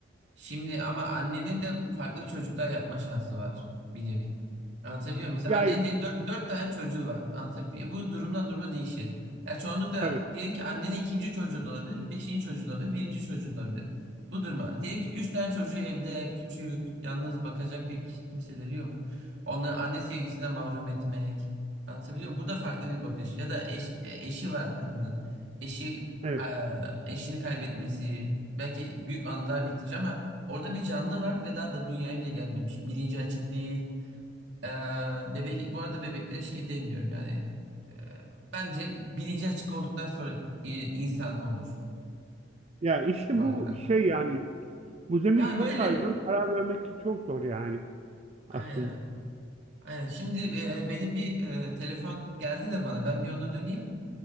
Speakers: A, on the right; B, on the right.
A: Şimdi ama annenin de farklı çocuklar yapma şansı var bir nevi. Anlatabiliyor muyum? Mesela
B: Ya
A: annenin diyelim dört, dört tane çocuğu var. Anlatabiliyor muyum? Bu durumdan duruma değişir. Ya çoğunlukla
B: tabii,
A: diyelim ki annenin ikinci çocuğu da olabilir, beşinci çocuğu da olabilir, birinci çocuğu da olabilir. Bu duruma. Diyelim ki üç tane çocuğu evde, küçük, yalnız bakacak pek kimseleri yok. Onları anne sevgisinden mahrum etmek. Anlatabiliyor muyum? Bu da farklı bir bakış. Ya da eş- e, eşi var kadının. Eşi,
B: evet.
A: e, eşini kaybetmesi. Belki büyük anılar biriktirecek ama Orada bir canlı var ve daha da dünyaya bile gelmemiş. Bilinci açık değil. Ee, bebek, bu arada bebeklere şey demiyorum yani. e, bence bilinci açık olduktan sonra e, insan olur
B: Ya işte
A: varlıklar.
B: bu şey yani, bu zemin
A: Yani
B: çok
A: böyle
B: kaygan, karar vermek de çok zor yani aslında.
A: aynen, aynen. Şimdi e, benim bir e, telefon geldi de bana. Ben bir ona döneyim.